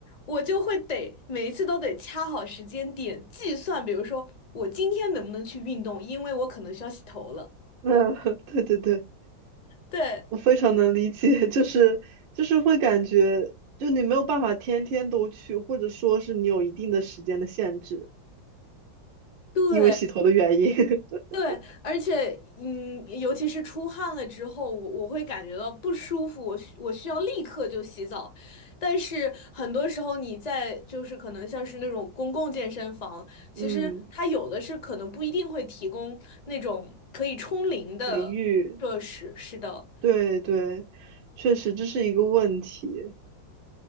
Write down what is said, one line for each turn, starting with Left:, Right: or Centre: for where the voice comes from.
Left: 我就会得每一次都得掐好时间点计算，比如说我今天能不能去运动，因为我可能需要洗头了。
Right: <laughs> 那对对对。
Left: 对。
Right: 我非常能理解，<laughs> 就是就是会感觉，就你没有办法天天都去，或者说是你有一定的时间的限制，
Left: 对，
Right: 因为洗头的原因。<laughs>
Left: 对，而且，嗯，尤其是出汗了之后，我我会感觉到不舒服，我需我需要立刻就洗澡。但是很多时候你在就是可能像是那种公共健身房，其实它有的是可能不一定会提供那种可以冲淋的设施。
Right: 嗯，淋浴，
Left: 是的，
Right: 对对，确实这是一个问题。